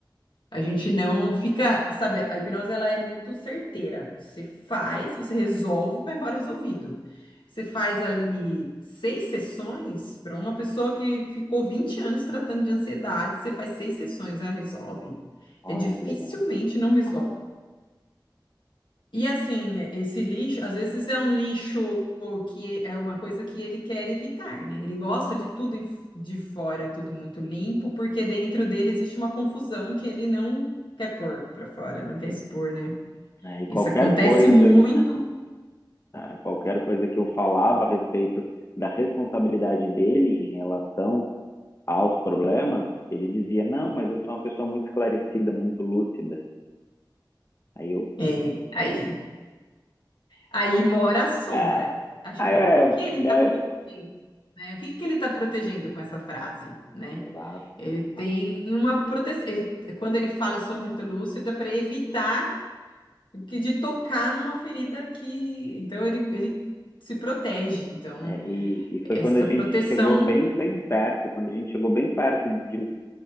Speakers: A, on the left; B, on the left.
A: a gente não fica, sabe, a hipnose ela é muito certeira. Você faz, você resolve, vai embora resolvido. Você faz ali seis sessões para uma pessoa que ficou 20 anos tratando de ansiedade, você faz seis sessões, ela resolve.
B: Olha
A: É dificilmente
B: que legal.
A: não resolve. E assim, esse lixo, às vezes é um lixo que é uma coisa que ele quer evitar, né? Ele gosta de tudo em- de fora, tudo muito limpo, porque dentro dele existe uma confusão que ele não quer pôr para fora, não quer expor, né?
B: É, e
A: Isso
B: qualquer
A: acontece
B: coisa,
A: muito.
B: ah, qualquer coisa que eu falava a respeito da responsabilidade dele em relação aos problemas, ele dizia: "Não, mas eu sou uma pessoa muito esclarecida, muito lúcida". Aí eu,
A: É, aí, aí mora a sombra.
B: ah,
A: A gente-
B: ah, é,
A: o que
B: é,
A: ele está protegendo, né? O que que ele está protegendo com essa frase, né?
B: Exato.
A: Ele tem uma proteção. Ele, quando ele fala, eu sou muito lúcido, é para evitar que de tocar numa ferida que. Então ele, ele se protege. Então,
B: É, e, e
A: essa
B: foi quando a gente
A: proteção
B: chegou bem, bem perto, quando a gente chegou bem perto de